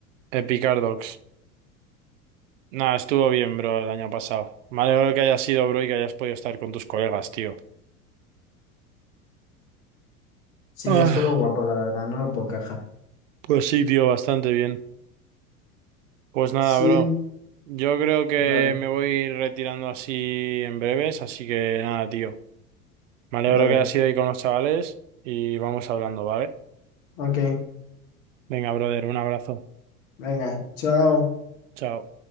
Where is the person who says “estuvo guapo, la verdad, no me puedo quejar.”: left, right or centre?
Left